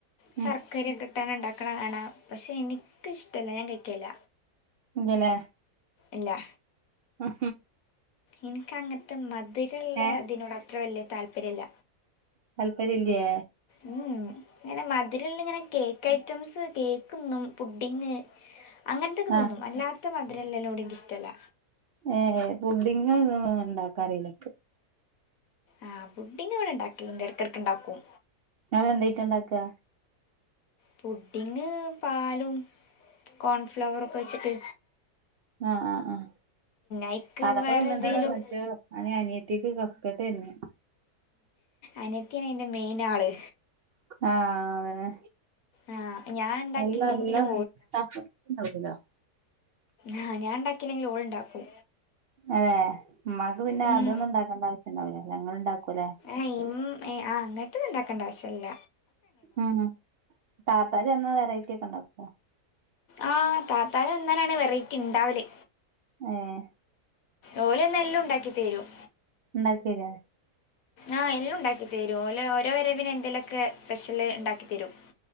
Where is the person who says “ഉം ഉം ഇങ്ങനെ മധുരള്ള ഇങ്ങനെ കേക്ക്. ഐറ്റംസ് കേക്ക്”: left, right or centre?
Left